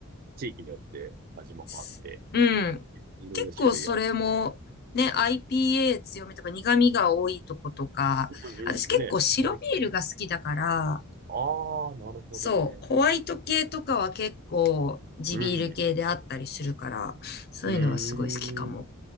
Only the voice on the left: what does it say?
すうん。
結構それも、ね、IPA 強めとか苦味が多いとことか、
私結構白ビールが好きだから、
そう、ホワイト系とかは結構地ビール系であったりするから、
そういうのはすごい好きかも。